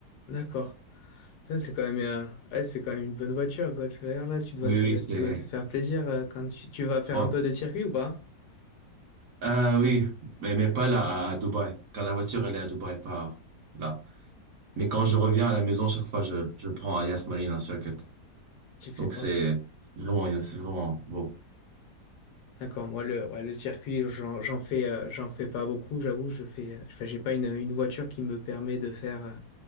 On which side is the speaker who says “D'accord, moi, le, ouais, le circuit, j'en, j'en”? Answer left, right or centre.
Left